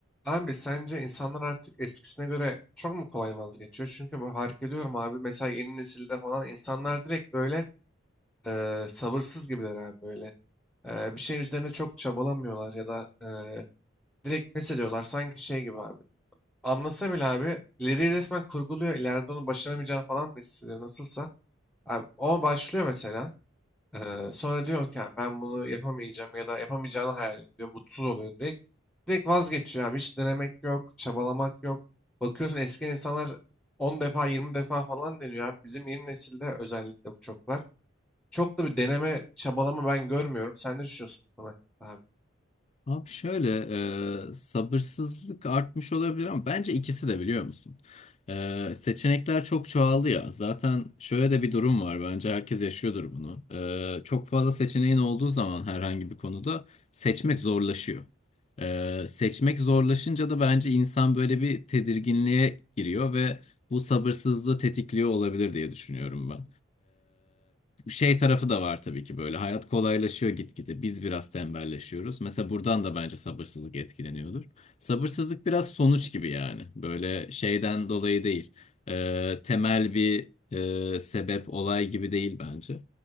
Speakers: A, in the centre; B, on the left.
A: Abi sence insanlar artık eskisine göre çok mu kolay vazgeçiyor? Çünkü ben fark ediyorum abi mesela yeni nesilde falan insanlar direkt böyle e, sabırsız gibiler abi böyle. E, bir şeyin üzerine çok çabalamıyorlar ya da e, direkt pes ediyorlar sanki şey gibi abi. Anlasa bile abi ileriyi resmen kurguluyor ileride onu başaramayacağını falan mı hissediyor nasılsa. Abi, o başlıyor mesela. Ee, sonra diyor ki "Ya ben bunu yapamayacağım ya da yapamayacağını hayal ediyor. Mutsuz oluyor direkt. Direkt vazgeçiyor abi. Hiç denemek yok, çabalamak yok. Bakıyorsun eski insanlar 10 defa 20 defa falan deniyor abi. Bizim yeni nesilde özellikle bu çok var. Çok da bir deneme, çabalama ben görmüyorum. Sen ne düşünüyorsun bu konu hakkında abi?
B: Abi şöyle e, sabırsızlık artmış olabilir ama bence ikisi de biliyor musun? E, seçenekler çok çoğaldı ya. Zaten şöyle de bir durum var. Bence herkes yaşıyordur bunu. E, çok fazla seçeneğin olduğu zaman herhangi bir konuda seçmek zorlaşıyor. E, seçmek zorlaşınca da bence insan böyle bir tedirginliğe giriyor ve bu sabırsızlığı tetikliyor olabilir diye düşünüyorum ben şey tarafı da var tabii ki böyle. Hayat kolaylaşıyor gitgide. Biz biraz tembelleşiyoruz. Mesela buradan da bence sabırsızlık etkileniyordur. Sabırsızlık biraz sonuç gibi yani. Böyle şeyden dolayı değil. Ee, temel bir e, sebep, olay gibi değil bence.